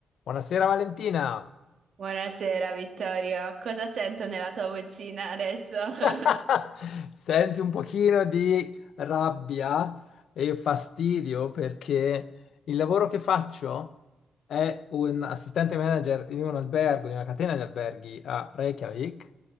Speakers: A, on the left; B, on the right.
A: Buonasera Valentina.
B: Buonasera Vittorio, cosa sento nella tua vocina adesso?
A: <laughs>
B: <laughs>
A: Senti un pochino di rabbia e fastidio perché il lavoro che faccio è un assistente manager in un albergo, in una catena di alberghi a Reykjavik